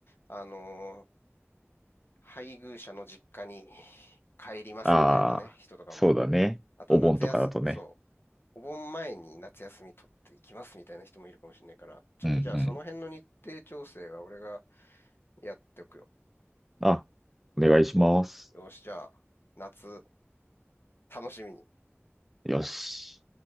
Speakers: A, on the left (about 55°); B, in the centre.
A: あの配偶者の実家に帰りますみたいなね、
B: ああ、
A: 人とかも。
B: そうだね。
A: あとは夏休み、
B: お盆とかだとね。
A: そう、お盆前に夏休み取っていきますみたいな人もいるかもしれないから、ちょっとじゃあその辺の日程調整は俺が
B: うんうん
A: やっておくよ。
B: あ、お願いします。
A: よし、じゃあ、夏、楽しみに。
B: よし。